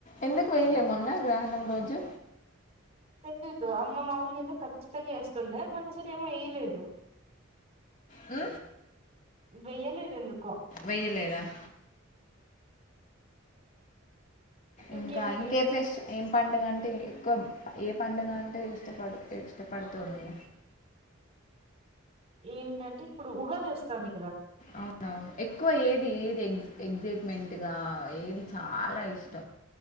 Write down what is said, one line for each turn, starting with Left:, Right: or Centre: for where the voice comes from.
Left: ఎందుకు వేయలే మొన్న గ్రహణం రోజు
Right: తెలిదు అమ్మ మామూలుగా అయితే ఖచ్చితంగా వేస్తుండే మన సర ఏమో వయలేదు
Left: ఆ
Right: వెయ్యలే ఇదందుకు కో
Left: వెయ్యలేదా
Right: ఇంకేంటి
Left: ఇంకా ఇంకే పేస్ట్ ఏం పండుగ అంటే ఎక్కువ ఏ పండుగ అంటే ఇష్టపడు ఇష్టపడుతుంది
Right: ఏమిటంటే ఇప్పుడు ఉగాది వస్తుంది
Left: అవునవును ఎక్కువ ఏది ఏది ఎ ఎక్సైట్మెంట్ ఏది చాలా ఇష్టం